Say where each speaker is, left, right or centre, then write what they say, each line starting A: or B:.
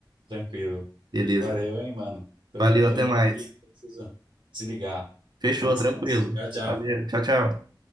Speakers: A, on the right (about 80°); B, on the right (about 60°).
A: Tranquilo.
B: Beleza.
A: Valeu, hein, mano. Tô,
B: Valeu,
A: in- tô
B: até
A: indo
B: mais.
A: aqui, preciso desligar.
B: Fechou,
A: Bom descanso.
B: tranquilo.
A: Tchau, tchau.
B: Valeu, tchau, tchau.